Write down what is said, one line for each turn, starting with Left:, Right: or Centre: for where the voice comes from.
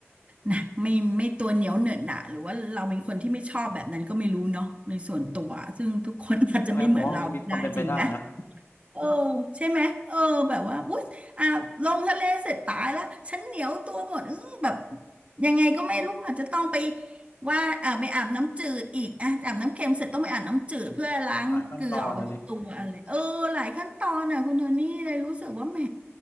Right: นะไม่ไม่ตัวเหนียวเหนอะหนะหรือว่าเราเป็นคนที่ไม่ชอบแบบนั้นก็ไม่รู้เนาะในส่วนตัวซึ่งทุกคนอาจจะไม่เหมือนเราก็ได้จริงไหม
Left: ใช่ไหมผมว่ามันมีความเป็นไปได้นะ
Right: เออใช่ไหมเออแบบว่าอุ๊ยอ่ะลงทะเลเสร็จตายแล้วฉันเหนียวตัวหมดเออแบบยังไงก็ไม่รู้อาจจะต้องไปว่าอ่าไปอาบน้ำจืดอีกอ่ะอาบน้ำเค็มเสร็จต้องไปอาบน้ำจืดเพื่อล้างเกลือออกไปจากตัวอะไรเออหลายขั้นตอนน่ะคุณโทนี่เลยรู้สึกว่าแหม
Left: <laughs> หลายขั้นตอนนะดิ